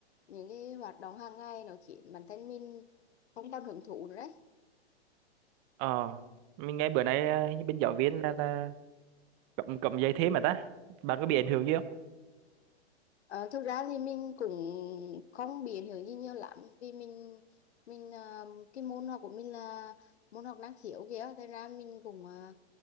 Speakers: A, on the left; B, on the right.
A: những cái hoạt động hàng ngày nó khiến bản thân mình không còn hưởng thụ nữa đấy
B: ờ mình nghe bữa nay à, như bên giáo viên là là cầm cầm giấy thế mà ta bạn có bị ảnh hưởng gì không
A: Ờ, thực ra thì mình cũng không biến hiểu gì nhiều lắm vì mình mình ờ, cái môn học của mình là môn học năng khiếu kìa thế ra mình cũng ờ,